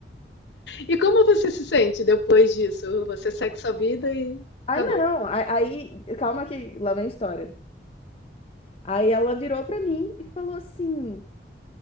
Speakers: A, on the left (about 85°); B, on the left (about 35°).
A: E como você se sente depois disso? Você segue sua vida e
B: Ah,
A: acabou.
B: não. A- Aí, calma que lá vem a história. Aí ela virou pra mim e falou assim: